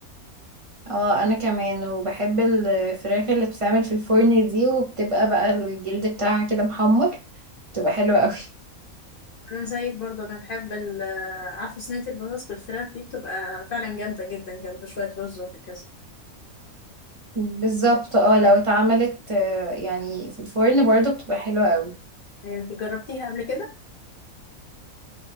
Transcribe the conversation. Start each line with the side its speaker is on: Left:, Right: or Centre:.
Right: اه انا كمان وبحب الفراخ اللي بتتعمل في الفرن دي وبتبقى بقى الجلد بتاعها كده محمر بتبقى حلوة قوي
Left: انا زيك برضو انا بحب ال آه، عارفة صينية البطاطس بالفراخ دي بتبقى فعلا جامدة جدا جنب شوية رز وهكذا
Right: بالظبط اه لو اتعملت آه، يعني في الفرن برضه بتبقى حلوة قوي
Left: يعني انت جربتيها قبل كده؟